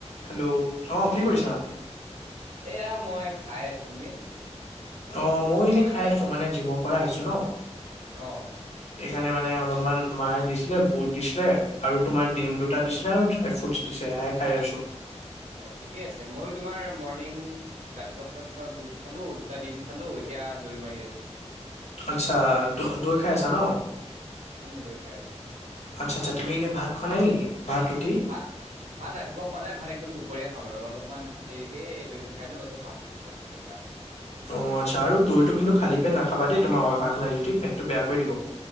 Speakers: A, on the left; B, on the right.
A: Hello. অ কি কৰিছা?
B: এয়া মই খাই আছো। তুমি?
A: অ মইয়ো এনেই খাই আছো মানে জিমৰ পৰা আহিছো ন।
B: অ।
A: সেইকাৰণে মানে অলপমান মায়ে দিছিলে বুট দিছিলে আৰু তোমাৰ
B: উম
A: ডিম দু টা দিছিলে আৰু ড্ৰাই ফ্ৰুট দিছে সেয়াই খাই আছো।
B: অ ঠিকেই আছে ময়ো তোমাৰ মৰ্ণিং ৰাতিপুৱা সময়ত তোমাৰ বুট খালো, দুটা ডিম খালো, এতিয়া দৈ মাৰি আছো।
A: আচ্ছা দ দৈ খাই আছা ন?
B: উম দৈ খাই আছো।
A: আচ্ছা আচ্ছা তুমি এনে ভাত খোৱা নাই নেকি? ভাত ৰুটি?
B: ভাত ভাত ৰাতিপুৱা খোৱা নাই ভাত একদম দুপৰীয়া খাম আৰু, অলপমান দেৰিকে দৈটো খাই লওঁ, তাৰপিছত ভাত খাম আৰু বিন্দাচ।
A: অ আচ্ছা আৰু দৈতটো কিন্তু খালী পেট নাখাবা দেই তোমাৰ অভ্যাগ নাই যদি, পেটটো বেয়া কৰি দিব।